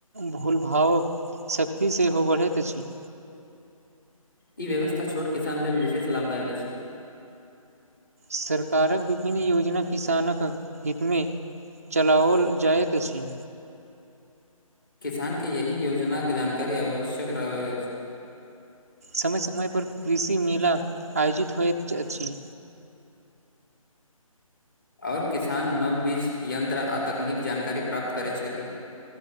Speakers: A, on the right; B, on the left.
A: भूलभावक सक्तिसँ बढ़ैत अछि
B: ई व्यवस्था छोट किसान लेल विशेष लाभदायक अछि
A: सरकारक विभिन्न योजना किसानक हितमे चलाओल जायत अछि
B: किसान के यहि योजना के जानकारी आवश्यक रह
A: समय समय पर कृषि मेला आयोजित होइत अछि
B: आओर किसान नव बीज यन्त्र आ तकनीक जानकारी प्राप्त करैत छथि